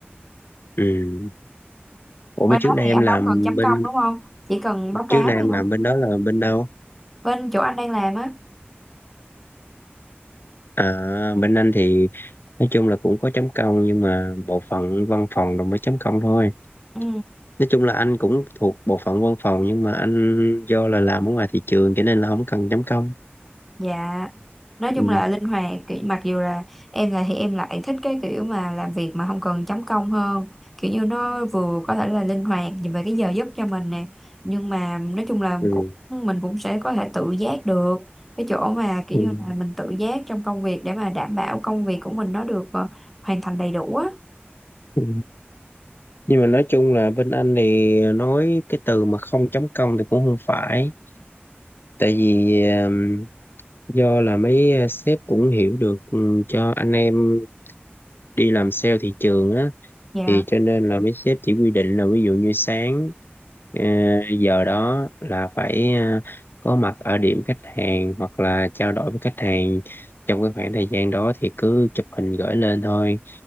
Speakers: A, on the left; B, in the centre.
A: ừ ủa
B: bên
A: mà trước
B: đó
A: đây
B: thì
A: em
B: anh
A: làm
B: đâu cần chấm
A: bên
B: công đúng không chỉ cần báo
A: trước
B: cáo
A: đây
B: thôi
A: em
B: hả
A: làm bên đó là bên đâu
B: bên chỗ anh đang làm á
A: à bên anh thì nói chung là cũng có chấm công nhưng mà bộ phận văn phòng rồi mới chấm công thôi
B: ừ
A: nói chung là anh cũng thuộc bộ phận văn phòng nhưng mà anh do là làm ở ngoài thị trường cho nên là không cần chấm công
B: Dạ, nói chung
A: ừ
B: là linh hoạt, kiểu, mặc dù là em là thì em lại thích cái kiểu mà làm việc mà không cần chấm công hơn, kiểu như nó vừa có thể là linh hoạt về cái giờ giấc cho mình nè, nhưng mà nói chung là
A: ừ
B: cũng mình cũng sẽ có thể tự giác được cái chỗ mà kiểu
A: ừ
B: như là mình tự giác trong công việc để mà đảm bảo công việc của mình nó được ờ, hoàn thành đầy đủ á.
A: ừ. nhưng mà nói chung là bên anh thì nói cái từ mà không chấm công thì cũng không phải tại vì um, do là mấy ờ, sếp cũng hiểu được ừ, cho anh em đi làm sale thị trường á
B: Dạ.
A: thì cho nên là mấy sếp chỉ quy định là ví dụ như sáng ờ, giờ đó là phải ờ, có mặt ở điểm khách hàng hoặc là trao đổi với khách hàng trong cái khoảng thời gian đó thì cứ chụp hình gửi lên thôi